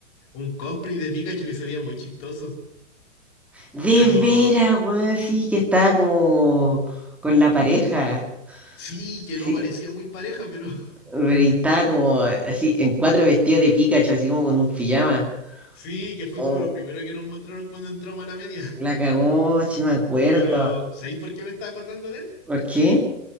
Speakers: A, on the left; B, in the centre.
A: un cosplay de Pikachu que se veía muy chistoso.
B: De
A: Pero
B: veras, weón, sí, que estaba como con la pareja.
A: sí, que
B: Sí,
A: no parecía muy pareja, pero <laughs>
B: Pero y estaba como así, en cuatro vestidos de Pikachu, así como con un pijama.
A: sí, que fue
B: Oh,
A: como lo primero que nos mostraron cuando entramos a la media. <laughs>
B: la cagó, sí me acuerdo.
A: Pero, ¿sabéis por qué me estaba acordando de él?
B: ¿Por qué?